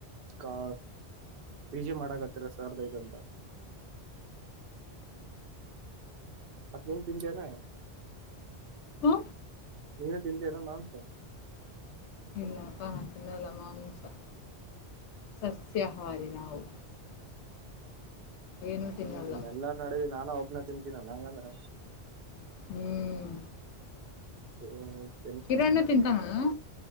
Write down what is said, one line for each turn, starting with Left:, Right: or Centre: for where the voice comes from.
Right: ಕಾ ಪಿ ಜಿ ಮಾಡಕತ್ತರ ಸರ್ದ್ ಐತಂತ ಮತ್ ನಿನ್ ತಿಂಚ ನ
Left: ಹ
Right: ನೀ ತಿಂತ್ಯೇನೋ ಮಾಂಸ
Left: ಇಲ್ಲಪ್ಪ ನಾನ್ ತಿನ್ನಲ್ಲ ಮಾಂಸ ಸಸ್ಯಾಹಾರಿ ನಾವು ಏನು
Right: ಹ್ಮ್
Left: ತಿನ್ನಲ್ಲ
Right: ಹ್ಮ ಎಲ್ಲಾ ನಡಿ ನಾನೂ ಒಬ್ ತಿನ್ನ ತಿಂತೀನ್ ಅಂಗಂದ್ರ
Left: ಹ್ಮ್
Right: ಹ
Left: ಕಿರಣ್ಣು ತಿಂತಾನೇನು